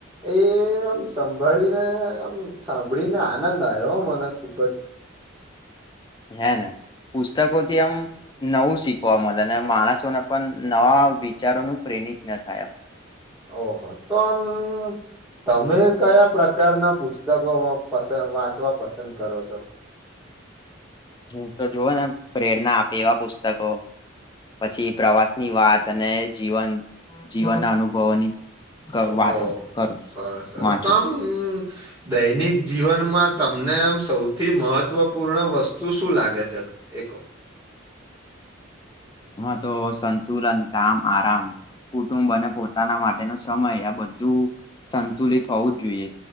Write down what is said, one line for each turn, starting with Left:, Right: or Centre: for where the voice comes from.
Right: એ આમ સંભાળીને આમ સાંભળીને આનંદ આયો હ મને ખુબ જ <inaudible>
Left: હે ને પુસ્તકોથી આમ નવું શીખવા મલે ને માણસોને પન નવા વિચારોનું પ્રેર એ ના થાય એમ
Right: ઓહો તો આમ તમે કયા પ્રકારના પુસ્તકો પસ વાંચવા પસંદ કરો છો
Left: હું તો જોવો ને પ્રેરના આપે એવા પુસ્તકો પછી પ્રવાસ ની વાત ત અને જીવન જીવનના અનુભવોની ક
Right: ઓ
Left: વાતો કરું
Right: સરસ સરસ
Left: વાંચું
Right: તો આમ દૈનિક જીવનમાં તમને આમ સૌથી મહત્વપૂર્ણ વસ્તુ શું લાગે છે એકો <inaudible>
Left: હા તો સંશુતન તામ આરામ કુટુંબ અને પોતાના માટેનો સમય આ બધું સંતુલિત હોવું જ જોઈએ